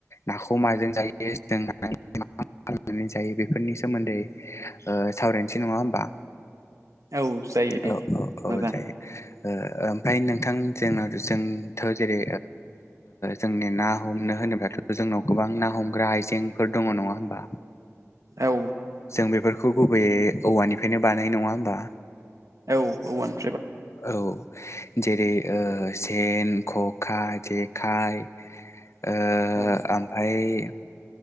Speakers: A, on the left (about 60°); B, on the right (about 80°).
A: नाखौ माजों जायो <unintelligible> मा खालामनानै जायो बेफोरनि सोमोन्दै ओ सावरायनोसै नङा होमबा
B: औ जायो दे
A: औ औ
B: मोजां
A: औ जायो ओ मफ्राय नोंथां जोंनावव जोंथ'ओ -ओ जेरै जोंनि ना हमनो होनोब्लाथ' जों जोंनाव गोबां ना हमग्रा आइजेंफोर दङ नङा होमबा
B: औ
A: जों बेफोरखौ गुबैयै औवानिफ्रायनो बानायो नङा होमबा।
B: औ औवानि
A: औ जेरै सेन, खखा, जेखाइ ओ
B: औ
A: ओमफ्राय